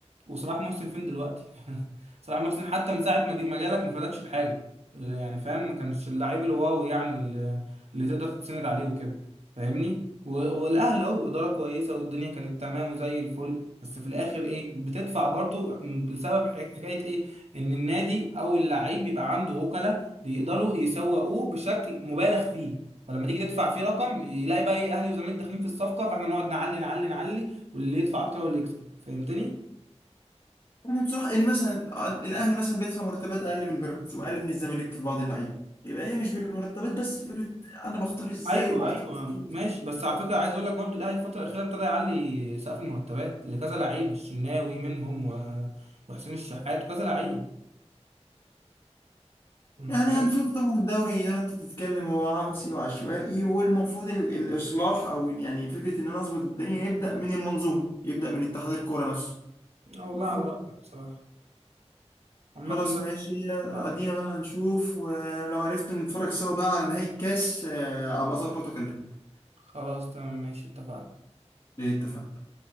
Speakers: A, on the right (about 65°); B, on the left (about 45°).
A: وصلاح محسن فين دلوقتي <laughs> صلاح محسن حتى من ساعة ما جه- ما جالك ما فادكش بحاجة يعني فاهم ما كانش اللاعب الواو يعني اللي اللي تقدر تتسند عليه وكده فاهمني و- والاهلي اهو اداره كويسه والدنيا كانت تمام وزي الفل بس في الاخر ايه بتدفع برضو بسبب ح- حكايه ايه ان النادي او اللعيب بيبقى عنده وكلاء بيقدروا يسوقوه بشكل مبالغ فيه فلما تيجي تدفع فيه رقم يلاقي بقى ايه اهلي وزمالك داخلين في الصفقه فاحنا نقعد نعلي نعلي نعلي واللي يدفع اكتر هو اللي يكسب فهمتني
B: يعني بصراحه يعني مثلا الاهلي مثلا بيدفع مرتبات اقل من بيراميدز واقل من الزمالك في بعض اللعيبه يبقى هي مش بالمرتبات بس فكره انا بختار ازاي
A: ايوه
B: وبختار
A: ايوه
B: صح
A: ماشي بس على فكره عايز اقول لك برضو الاهلي الفتره الاخيره ابتدى يعلي سقف المرتبات لكذا لعيب الشناوي منهم و... وحسين الشحات وكذا لعيب انت
B: يعني
A: فاهم
B: هنشوف طبعا الدوري زي ما انت بتتكلم هو عبثي وعشوائي والمفروض ال- الاصلاح او يعني فكره ان انا اظبط الدنيا يبدا من المنظومه يبدا من اتحاد الكوره نفسه
A: اه والله
B: المفروض
A: على رايك بصراحه عامه
B: خلاص
A: بس
B: ماشي ادينا
A: اه
B: بقى نشوف ولو عرفت نتفرج سوا بقى على نهاية الكاس آه، ابقى اظبط واكلمك
A: خلاص تمام ماشي اتفقنا
B: اتفقنا